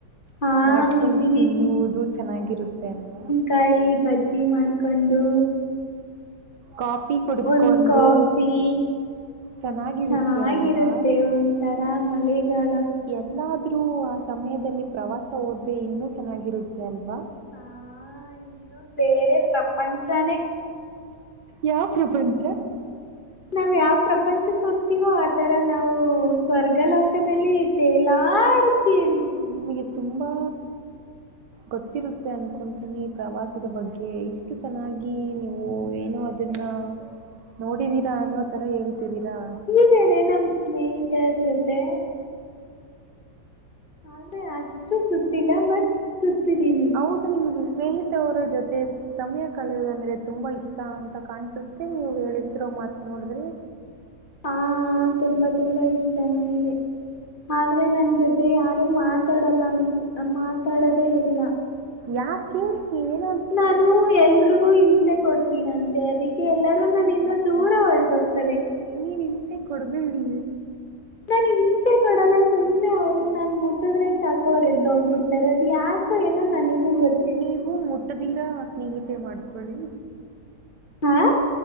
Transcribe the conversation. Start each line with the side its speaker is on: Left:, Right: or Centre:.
Left: ಹಾ
Right: ಮಾಡ್ಕೊಂಡು
Left: ಬಿಸಿ
Right: ತಿನ್ನುವುದು ಚೆನ್ನಾಗಿರುತ್ತೆ ಅಲವ
Left: ಕಾಯಿ ಬಜ್ಜಿ ಮಾಡ್ಕೊಂಡು
Right: ಕಾಫಿ ಕುಡಿದುಕೊಂಡು
Left: ಒಂದ ಕಾಫಿ
Right: ಚೆನ್ನಾಗಿರುತ್ತೆ
Left: ಚೆನ್ನಾಗಿರುತ್ತೆ
Right: ಅಲ್ವಾ
Left: ಒಂಥರ ಮಳೆಗಾಲ
Right: ಎಲ್ಲಾದ್ರೂ ಆ ಸಮಯದಲ್ಲಿ ಪ್ರವಾಸ ಹೋದ್ರೆ ಇನ್ನೂ ಚೆನ್ನಾಗಿರುತ್ತೆ ಅಲ್ವಾ
Left: ಹಾ ಇನ್ನೂ ಬೇರೆ ಪ್ರಪಂಚಾನೇ
Right: ಯಾವ ಪ್ರಪಂಚ
Left: ನಾವ್ ಯಾವ ಪ್ರಪಂಚಕ್ಕೆ ಹೋಗ್ತಿವೋ ಆತರ ನಾವು ಸ್ವರ್ಗ ಲೋಕದಲ್ಲಿ ತೇಲಾಡ ಟಿ ವಿ
Right: ನಿಮಗೆ ತುಂಬಾ ಗೊತ್ತಿರುತ್ತೆ ಅನ್ಕೊತೀನಿ ಪ್ರವಾಸದ ಬಗ್ಗೆ ಇಷ್ಟು ಚೆನ್ನಾಗಿ ನೀವು ಏನೋ ನ್ನ ನೋಡಿದೀರಾ ಅನ್ನೋ ತರ ಹೇಳ್ತಿದೀರಾ
Left: ಇದೇನೆ ನಮ್ಮ್ ಸ್ನೇಹಿತರ ಜೊತೆ ಆದ್ರೆ ಅಷ್ಟು ಸುತ್ತಿಲ್ಲ ಬಟ್ ಸುತ್ತಿದೀನಿ
Right: ಹೌದು ನಿಮ್ಗೆ ಸ್ನೇಹಿತವರ ಜೊತೆ ಸಮಯ ಕಳೆಯೋದಂದ್ರೆ ತುಂಬಾ ಇಷ್ಟ ಅಂತ ಕಾಣಸುತ್ತೆ ನೀವು ಹೇಳತಿರೋ ಮಾತ್ ನೋಡಿದ್ರೆ
Left: ಹ ತುಂಬಾ ತುಂಬಾ ಇಷ್ಟ ನನಗೆ ಆದ್ರೆ ನನ್ ಜೊತೆ ಯಾರು ಮಾತಾಡಲ್ಲ ಅನ್ ಮಾತಾಡದೇ ಇಲ್ಲ
Right: ಯಾಕೆ ನೀವೇನ
Left: ನಾನು ಎಲ್ರು ಗು ಹಿಂಸೆ ಕೊಡ್ತೀನಂತೆ ಅದಕ್ಕೆ ಎಲ್ಲರೂ ನನಿಂದ ದೂರ ಹೊರಟು ಹೋಗ್ತಾರೆ
Right: ನೀನ್ ಹಿಂಸೆ ಕೊಡ್ಬೇಡಿ
Left: ನ ನಿಂಮ್ ಕಿಸೆ ಕಡೆಲ್ಲ ಸುಮ್ಮನೆ ಅವ್ರನ್ನ ನಾನ ಮುಟ್ಟಿದ್ರೆ ಸಾಕು ಅವರು ಎದ್ದೋಗ್ಬಿಡ್ತಾರೆ ಅದು ಯಾಕೋ ಏನೋ ನನಿಗೂ ಗೊತ್ತ
Right: ನೀವು ಮುಟ್ಟದಿರ ಸ್ನೇಹಿತೆ ಮಾಡ್ಕೊಳ್ಳಿ
Left: ಹಾ